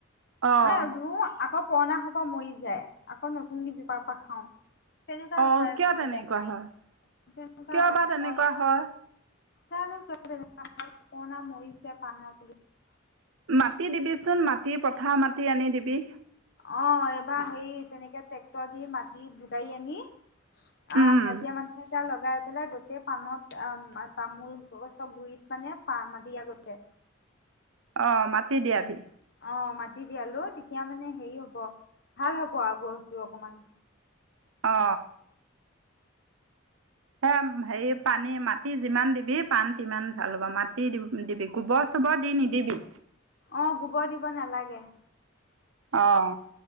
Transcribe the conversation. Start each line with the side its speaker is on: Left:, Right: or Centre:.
Right: অ',
Left: মই ৰুও আক অ পুৰণা সপাহ মৰি যায় আকৌ নতুন কেই জোপাৰ পৰা খাওঁ। তেনেকুৱা
Right: অ
Left: হয়
Right: কিয়
Left: পাণ
Right: তেনেকুৱা
Left: বিলাকৰ
Right: হয়?
Left: তেনেকুৱা
Right: কিয়
Left: হয়
Right: বা তেনেকুৱা
Left: পুৰণা
Right: হয়।
Left: জানো কেনেকুৱা মৰিছে কোৱানা পাণৰ পুলি।
Right: মাটি দিবি চোন মাটি পথাৰ মাটি। মাটি আনি দিবি।
Left: অ এইবাৰ হেৰী তেনেকে ট্ৰেক্টৰ দি মাটি জোকাৰি আনি। অ
Right: উম,
Left: হাজিৰা মানুহে লগাম। লগাই পেলাই গোটেই পাণত তামোল গছৰ গুৰিত মানে পাণ দিয়া গৈছে।
Right: অ মাটি দিয়াবি।
Left: অ' মাটি দিয়ালো তেতিয়া মানে হেৰি হ'ব, ভাল হ'ব আৰু গছটো অকমান।
Right: অ। অ হেৰি পানী মাটি যিমান দিবি পাণ তিমান ভাল হ'ব মাটি দিবি গোবৰ চোবৰ দি নিদিবি।
Left: অ গোবৰ দিব নালাগে।
Right: অ'হ